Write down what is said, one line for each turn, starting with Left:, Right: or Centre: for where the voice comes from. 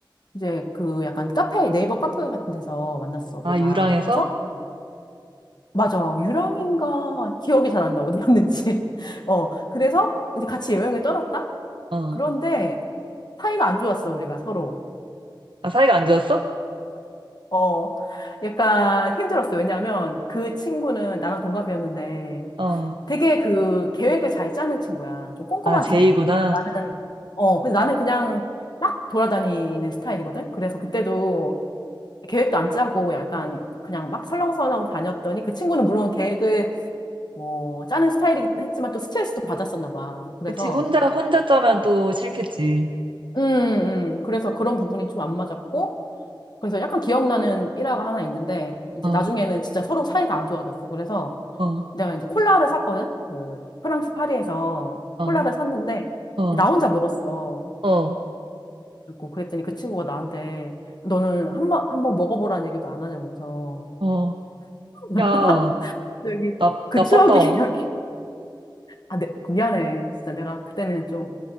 Left: 이제 그 약간 카페, 네이버 카페 같은 데서 만났어, 우리가.
Right: 아, 유랑에서?
Left: 그래서 맞아. 유랑인가 기억이 잘 안 나. 어디였는지. <laughs> 어. 그래서 이제 같이 여행을 떠났다?
Right: 어.
Left: 그런데 사이가 안 좋았어, 우리가 서로.
Right: 아, 사이가 안 좋았어?
Left: 어. 약간 힘들었어. 왜냐면 그 친구는 나랑 동갑이었는데
Right: 어.
Left: 되게 그 계획을 잘 짜는 친구야. 좀 꼼꼼한
Right: 아, 제이구나.
Left: 친구야. 나는, 어. 근데 나는 그냥 막 돌아다니는 스타일이거든? 그래서 그때도 계획도 안 짜고 약간 그냥 막 설렁설렁 다녔더니 그 친구는 물론 계획을 뭐 짜는 스타일이긴 했지만 또 스트레스도 받았었나 봐. 그래서
Right: 그치, 혼자, 혼자 짜면 또 싫겠지.
Left: 음, 음. 그래서 그런 부분이 좀 안 맞았고 그래서 약간 기억나는 일화가 하나 있는데 이제
Right: 어,
Left: 나중에는 진짜 서로 사이가 안 좋아졌어. 그래서
Right: 어,
Left: 내가 이제 콜라를 샀거든. 그 프랑스 파리에서
Right: 어,
Left: 콜라를 샀는데
Right: 어,
Left: 나 혼자 먹었어.
Right: 어,
Left: 그리고 그랬더니 그 친구가 나한테 너는 한번 한번 먹어보라는 얘기도 안 하냐면서
Right: 어.
Left: <laughs>
Right: 야,
Left: 여기
Right: 나,
Left: 그
Right: 나빴다.
Left: 추억이 <laughs> 여기 아, 네, 미안해. 진짜 내가 그때는 좀